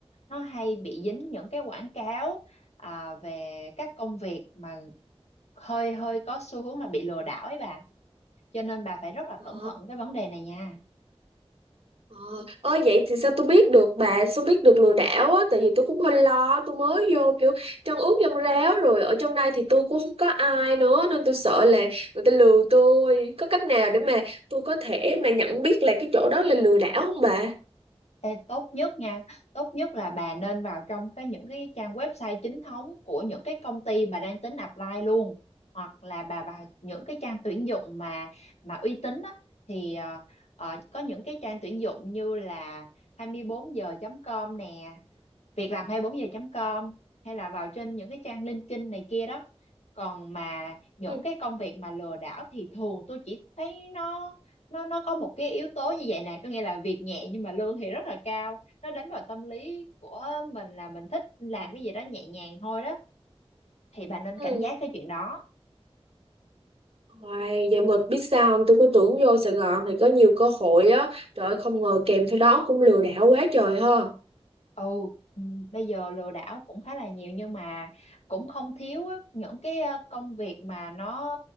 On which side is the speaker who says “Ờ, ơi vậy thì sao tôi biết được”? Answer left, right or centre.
Right